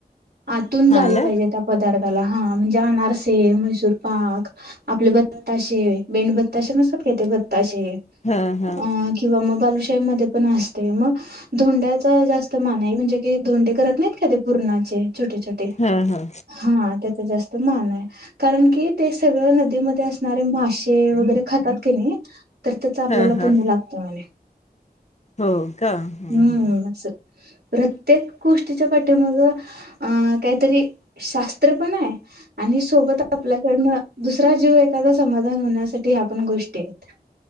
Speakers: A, on the right (about 75°); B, on the left (about 45°).
A: आतून जाळी
B: हा ना
A: पाहिजे त्या पदार्थाला... हा, म्हणजे अनारसे ते म्हैसूरपाक आपल्यागत बत्ताशे, मेणबत्ती ताशे नसतात का ते, बत्ताशे अ
B: हा हा
A: किंवा मग बालु मध्ये पण असते, मग धोंड्याचा जास्त मान आहे, म्हणजे की धोंडे करत नाहीत का ते पुरणाचे. छोटे-छोटे,
B: हा हा हा
A: हा त्याचं जास्त मान आहे, कारण की, ते सगळं नदीमध्ये असणारे मासे वगैरे खातात कि नाही आपल्याला
B: हा हा
A: पुण्य लागतं म्हणे.
B: हो. का? हुं-हुं
A: हम्म अस प्रत्येक गोष्टीच्या पाठीमगं अ-काहीतरी शास्त्र पण आहे. आणि सोबत आपल्याकडनं दुस जीव एखादा समाधान होण्यासा त्या पण गोष्टी आहेत.